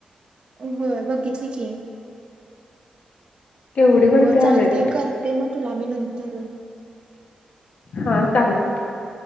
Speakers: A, on the right; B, on the left.
A: हो बघितली की
B: केवढी वरती
A: मग चालतेय
B: आलेत
A: करते मग तुला मी नंतर
B: हा चालेल
A: हा